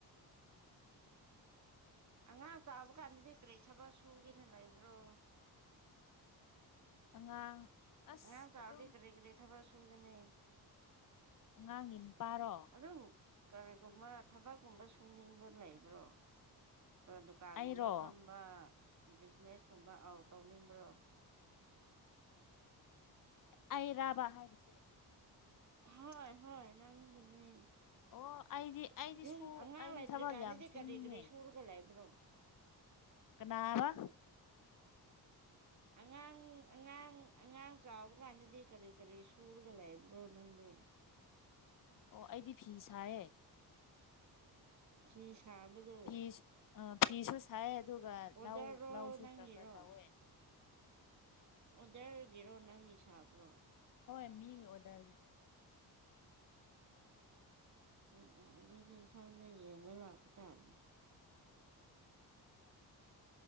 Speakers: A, on the right; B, on the left.
A: ꯑꯉꯥꯡ ꯆꯥꯕ ꯀꯥꯟꯗꯗꯤ ꯀꯔꯤ ꯊꯕꯛ ꯁꯨꯒꯦꯅ ꯂꯩꯕ꯭ꯔꯣ
B: ꯑꯉꯥꯡ ꯑꯁ
A: ꯑꯉꯥꯡ ꯆꯥꯎꯔꯗꯤ
B: ꯑꯗꯨꯝ
A: ꯀꯔꯤ ꯀꯔꯤ ꯊꯕꯛ ꯁꯨꯒꯅꯤ
B: ꯑꯉꯥꯡꯒꯤ ꯃꯄꯥꯔꯣ
A: ꯑꯗꯨꯝ ꯀꯔꯤꯒꯨꯝꯕ ꯊꯕꯛꯀꯨꯝꯕ ꯁꯨꯅꯤꯡꯕ ꯂꯩꯕ꯭ꯔꯣ ꯗꯨꯀꯥꯟꯒꯨꯝꯕ
B: ꯑꯩꯔꯣ
A: ꯐꯝꯕ ꯕꯤꯖꯤꯅꯦꯁꯀꯨꯝꯕ ꯑꯥꯎ ꯇꯧꯅꯤꯡꯕ꯭ꯔꯣ
B: ꯑꯩ ꯔꯥꯕꯥ ꯍꯥꯏꯔꯤꯁꯦ
A: ꯍꯣꯏ ꯍꯣꯏ ꯅꯪꯒꯅꯦ
B: ꯑꯣ ꯑꯩꯗꯤ ꯑꯩꯗꯤ
A: ꯌꯨꯝ
B: ꯁꯨ
A: ꯑꯉꯥꯡ
B: ꯑꯩꯗꯤ
A: ꯂꯩꯇ꯭ꯔꯤꯀꯥꯟꯗꯗꯤ
B: ꯊꯕꯛ ꯌꯥꯝ ꯁꯨꯅꯤꯡꯉꯦ
A: ꯀꯔꯤ ꯀꯔꯤ ꯁꯨꯔꯒ ꯂꯩꯕ꯭ꯔꯣ
B: ꯀꯅꯥꯕ <unintelligible>
A: ꯑꯉꯥꯡ ꯑꯉꯥꯡ ꯑꯉꯥꯡ ꯆꯥꯎꯕ ꯀꯥꯟꯗꯗꯤ ꯀꯔꯤ ꯀꯔꯤ ꯁꯨꯔꯒ ꯂꯩꯕ꯭ꯔꯣ ꯅꯪꯗꯤ
B: ꯑꯣ ꯑꯩꯗꯤ ꯐꯤ ꯁꯥꯏꯌꯦ
A: ꯐꯤ ꯁꯥꯕꯗꯣ
B: ꯐꯤ ꯐꯤꯁꯨ ꯁꯥꯏ ꯑꯗꯨꯒ
A: ꯑꯣꯗꯔꯔꯣ
B: ꯂꯧ ꯂꯧꯁꯨ
A: ꯅꯪꯒꯤꯔꯣ
B: ꯈꯔ ꯈꯔ ꯇꯧꯋꯦ
A: ꯑꯣꯗꯔꯒꯤꯔꯣ ꯅꯪꯒꯤ ꯁꯥꯕ꯭ꯔꯣ
B: ꯍꯣꯏ ꯃꯤ ꯑꯣꯗꯔꯒꯤ
A: ꯑꯣ ꯑꯣ ꯑꯗꯨꯁꯨ ꯏꯝꯊꯥꯡꯗ ꯌꯦꯡꯕ ꯂꯥꯛꯄ ꯇꯥꯔꯦꯅꯦ
B: <unintelligible>